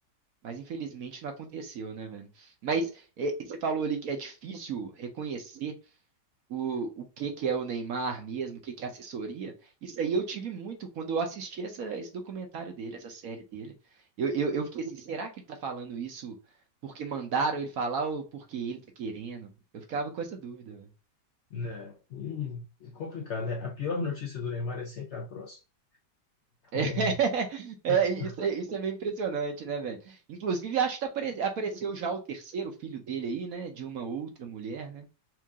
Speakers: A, on the right; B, on the left.
A: Mas infelizmente não aconteceu, né, velho? Mas é, você falou ali que é difícil reconhecer o, o que que é o Neymar mesmo, o que que é assessoria. Isso aí eu tive muito quando eu assisti essa, esse documentário dele, essa série dele. Eu, eu, eu fiquei assim, será que ele tá falando isso porque mandaram ele falar ou porque ele tá querendo? Eu ficava com essa dúvida, velho.
B: Né? E é complicado, né? A pior notícia do Neymar é sempre a próxima. Então,
A: <laughs> É,
B: <laughs>
A: isso, é, isso é meio impressionante, né, velho? Inclusive, acho que tá apare- apareceu já o terceiro filho dele aí, né? De uma outra mulher, né?